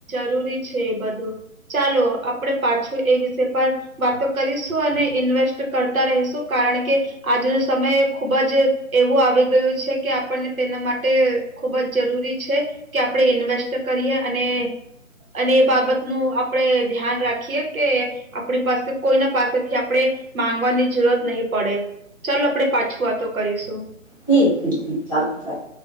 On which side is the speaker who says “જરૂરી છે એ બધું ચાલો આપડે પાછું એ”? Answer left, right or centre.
Right